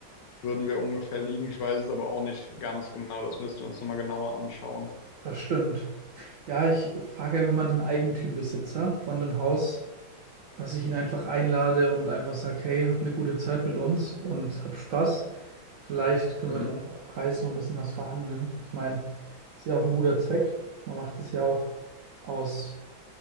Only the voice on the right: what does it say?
Das stimmt. Ja, ich frage einfach mal den Eigentümerbesitzer von dem Haus, dass ich ihn einfach einlade und einfach sage, hey, hab eine gute Zeit mit uns und hab Spaß. Vielleicht können
wir da einfach am Preis noch ein bisschen was verhandeln. Ich meine, ist ja auch ein guter Zweck. Man macht es ja auch aus